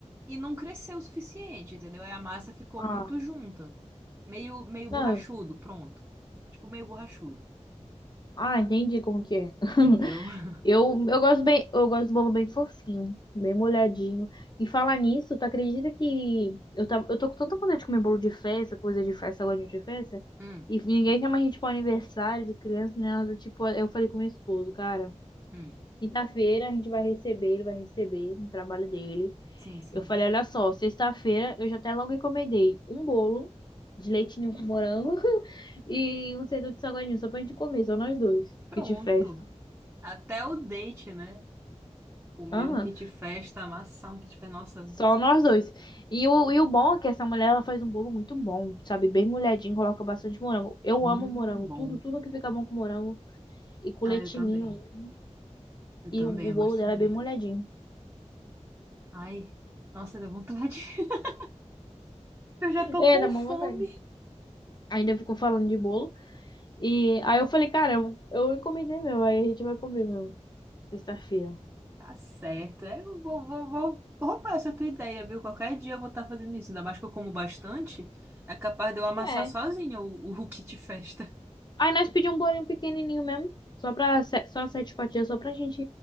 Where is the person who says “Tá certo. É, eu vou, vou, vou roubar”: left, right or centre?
Right